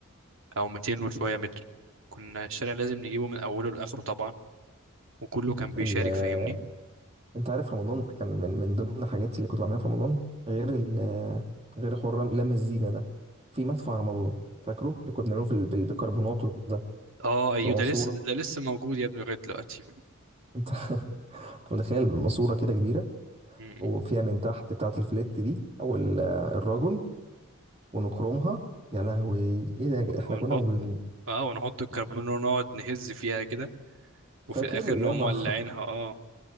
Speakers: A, on the right (about 65°); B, on the right (about 30°).
A: أو 200 وشوية متر كنا الشارع لازم نجيبه من أوله لآخره طبعا وكله كان بيشارك
B: ال... آه،
A: فاهمني
B: انت عارف رمضان كان من, من ضمن حاجاتي اللي كنت بعملها في رمضان غير ال... آه، غير حوار رم- لم الزينه ده في مدفع رمضان فاكره اللي كنا بنعمله في ال- بال- بالبيكربونات ده
A: اه ايوه
B: تبقى
A: ده
B: ماسوره
A: لسه ده لسه موجود يا ابني لغاية دلوقتي
B: انت <laughs> متخيل ماسوره كده كبيره
A: م-
B: وفيها
A: م.
B: من تحت بتاعه الفليت دي او ال- الراجل ونخرمها يا لهوي ايه ده
A: ونحط
B: احنا كنا مجرمين
A: اه ونحط الكربون ونقعد نهز فيها كده وفي
B: فاكر
A: الآخر
B: يا
A: نقوم
B: نهار
A: مولعينها اه